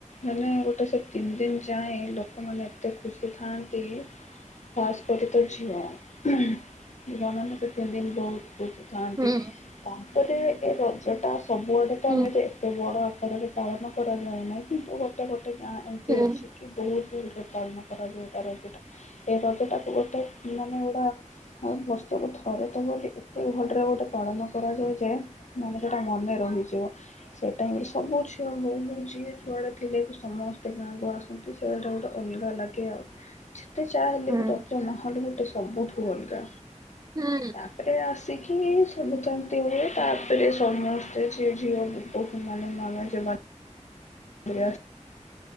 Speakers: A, on the left; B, on the right.
A: ମାନେ ଗୋଟେ ସେ ତିନି ଦିନ ଯାଏ ଲୋକମାନେ ଏତେ ଖୁସି ଥାଆନ୍ତି ଖାସ୍ କରି ତ ଝିଅ ଝିଅମାନେ ସେ ତିନି ଦିନ ବହୁତ ପଛିଥାନ୍ତି
B: ହୁଁ
A: ତା ଏ ରଜ ଟା ସବୁଆଡ଼େ ତ
B: ହୁଁ
A: ଏମେତି ଏତେ ବଡ଼ ଘରରେ ପାଳନ କରାଯାଏ ନାହିଁ କିନ୍ତୁ ଗୋଟେ ଗେ ଗୋଟେ ଗାଁ ଏମିତି
B: ହୁଁ
A: ଅଛି କି ବହୁତ। ଯେ ପାଳନ କରାଯାଏ ତା ରଜଟା ଏ ରଜଟାକୁ ଗୋଟେ ମାନେ ଏଟା ଆଉ ବସ୍ତୁକୁ ଥରେ ତ ବୋଲି ଏତେ ଭଲରେ ଗୋଟେ ପାଳନ କରାଯାଉ ଯେ ନେ ସେଟା ମନେ ରହିଛିବ। ସେଇଟା ହ ସବୁ ଝିଅ ମୁ ମୋ ଯିଏ ଛୁଆଡେ ଥିଲେ ସମସ୍ତେ ଗାଁକୁ ଆସନ୍ତି ସେଇଗୁଟା ଗୋଟେ ଅଲଗା ଲାଗେ ଆଉ। ଗତେ ଚାହା ହେଲେ
B: ହୁଁ
A: ବି ରଜ ନହେ ସବୁଠୁ ଅଲଗା।
B: ହୁଁ
A: ତାପରେ ଆସିକି ସବୁତ ଇମିତି ହୁଏ। ରେ ସମସ୍ତେ ସିଏ ଝିଅ ବୋଉ ମାନେ ମ ଯ <inaudible>